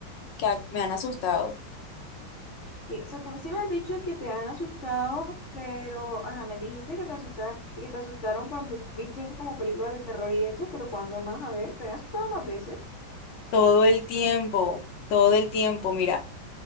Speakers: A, on the left; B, on the left.
A: que a- me han asustado
B: Sí, o sea, tú sí me has dicho que te han asustado, pero, ajá, me dijiste que te asustaste, que te asustaron cuando viste como películas de terror y eso, pero ¿cuándo más? A ver, ¿te han asustado más veces?
A: todo el tiempo, todo el tiempo, mira,